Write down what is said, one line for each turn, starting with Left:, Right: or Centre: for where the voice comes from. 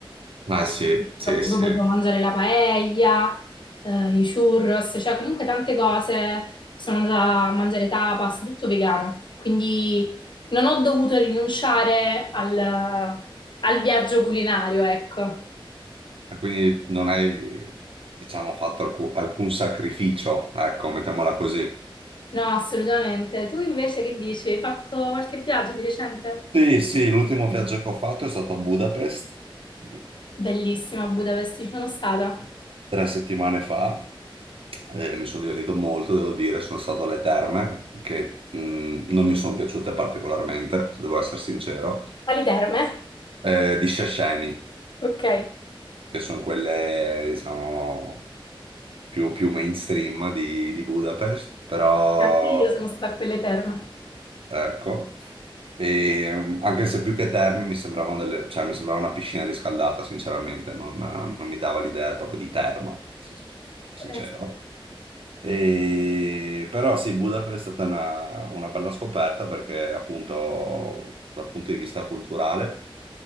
Right: Eh sì, sì,
Left: Io ho proprio
Right: sì.
Left: potuto mangiare la paella, eh, i churros, cioè comunque tante cose. Sono andata a mangiare tapas, tutto vegano. Quindi non ho dovuto rinunciare al, al viaggio culinario, ecco.
Right: Ah, Quindi non hai, diciamo, fatto alcu- alcun sacrificio, ecco, mettiamola così.
Left: No, assolutamente. Tu invece che dici? Hai fatto qualche viaggio di recente?
Right: Sì, sì, l'ultimo viaggio che ho fatto è stato a Budapest mh,
Left: Bellissima, a Budapest ci sono stata.
Right: tre settimane fa e mi sono divertito molto, devo dire. Sono stato alle terme che mh, non mi sono piaciute particolarmente, se devo essere sincero,
Left: Alle terme?
Right: eh, di Szechenyi,
Left: Ok.
Right: che sono quelle, diciamo, più, più mainstream di, di Budapest, però
Left: Anche io sono stata a quelle terme.
Right: Ecco. E, mm, anche se più che terme mi sembravano delle, cioè mi sembrava una piscina riscaldata, sinceramente, non, non mi dava l'idea proprio di terma, sin- sincero.
Left: Eh, sì.
Right: E, però sì, Budapest è stata una, una bella scoperta perché appunto dal punto di vista culturale.